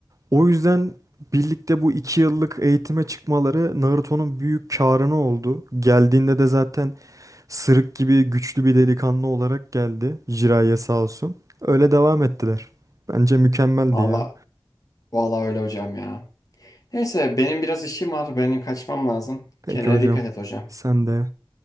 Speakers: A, on the right; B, on the left.
A: O yüzden birlikte bu iki yıllık eğitime çıkmaları Naruto'nun büyük karını oldu. Geldiğinde de zaten sırık gibi güçlü bir delikanlı olarak geldi. Jiraiya sağ olsun. Öyle devam ettiler. Bence mükemmeldi
B: Valla,
A: ya.
B: valla öyle hocam ya. Neyse benim biraz işim var. Benim kaçmam lazım.
A: Peki
B: Kendine
A: hocam.
B: dikkat et hocam.
A: Sen de.